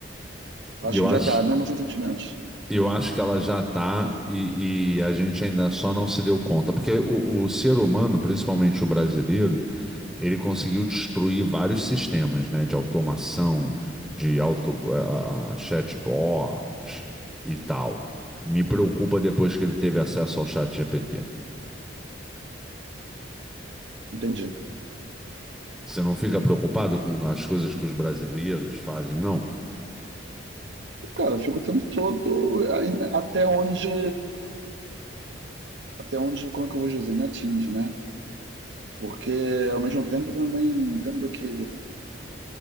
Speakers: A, on the right; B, in the centre.
A: Acho
B: Eu
A: que
B: acho,
A: já tá, mesmo sem sentimentos.
B: eu acho que ela já tá e, e a gente ainda só não se deu conta. Porque o, o ser humano, principalmente o brasileiro, ele conseguiu destruir vários sistemas, né? De automação, de auto, ah, ah, chatbot e tal. Me preocupa depois que ele teve acesso ao chat GPT.
A: Entendi.
B: Você não fica preocupado com as coisas que os brasileiros fazem, não?
A: Cara, eu fico o tempo todo aí, até onde. Até onde, como é que eu vou dizer, me atinge, né? Porque ao mesmo tempo eu também entendo que